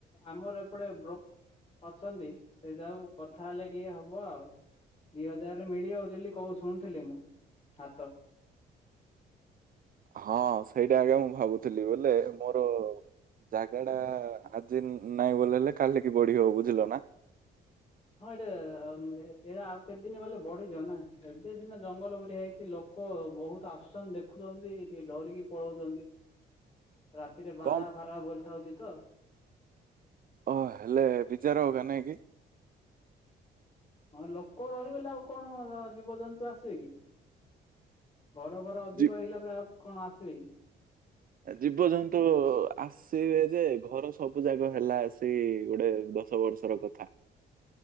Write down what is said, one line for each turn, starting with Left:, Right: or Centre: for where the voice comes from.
Left: ଆମର ଏପଟେ ବ୍ରୋ ଅଛନ୍ତି ସେଇ ଯାକୁ କଥା ହେଲେ ଟିକେ ହବ ଆଉ। ଦି ହଜାରରେ ମିଳିଯାଉଚି ବୋଲି କୋଉ ଶୁଣୁଥିଲି ମୁଁ ହାତ
Right: ହଁ ସେଇଟା ଆଜ୍ଞା ମୁଁ ଭାବୁଥିଲି ବୋଲେ ମୋର ଜାଗା ଟା ଆଜି ନାଇଁ ବଲେ ହେଲେ କାଲି କି ବଢିବ ବୁଝିଲ ନା।
Left: ହଁ ଏଇଟା ଅ ଏଇଟା ଆଉ କେତେ ଦିନ ଗଲେ ବଢିଯିବ ନା ଏବେ ସିନା ଜଙ୍ଗଲ ପରିଆ ହେଇଛି ଲୋ କ ବହୁତ ଆସୁଛନ୍ତି ଦେଖୁଛନ୍ତି ଟିକେ ଡରିକି ପଳଉଛନ୍ତି। ରାତିରେ ବାରା
Right: କଣ
Left: ଫାରା ବୁଲି ଥାଉଛି ତ।
Right: ଓ ହେଲେ ବିଯାର ହଉ କା ନାହିଁ କି?
Left: ହଁ ଲୋକ ରହିଗଲେ ଆଉ କଣ ଜୀବଜନ୍ତୁ ଆସିବେ କି? ଘର ଫର ଅଧିକ
Right: ଜୀ
Left: ହେଇଗଲା ପରେ ଆଉ କଣ ଆସିବେକି।
Right: ଜୀବଜନ୍ତୁ ଆସିବେ ଯେ ଘର ସବୁ ଯାଗ ହେଲା ସେ ଗୋଟେ ବ ଛ ବର୍ଷର କଥା।